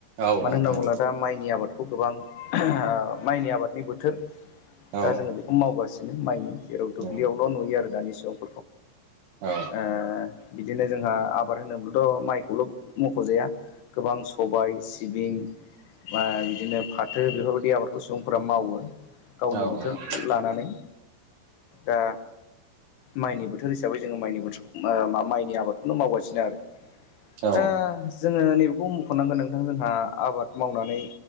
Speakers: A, on the right; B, on the left.
A: औ
B: मानो
A: नोंथां
B: होनना बुङोब्ला
A: औ
B: दा माइनि आबादखौ गोबां ओ माइनि आबादनि बोथोर
A: औ
B: दा जोङो बेखौ मावगासिनो माइनि जेराव दुब्लियावल'
A: औ
B: नुयो आरो दानि समगाव
A: औ
B: ए बिदिनो जोंहा आबाद होनोब्लाथ' माइखौल' मख'जाया । गोबां सबाय सिबिं बिदिनो फाथो बेफोरबायदि आबाद । उसुफोराव मावो गावनि
A: औ
B: बोथोर लानानै दा माइनि बोथोर हिसाबै जोङो माइनि बोथोरखौ मा माइनि आबादखौनो मावगासिनो आरो ।
A: औ
B: दा जोङो नैबेखौ मखनांगोन नोंथां जोंहा आबाद मावनानै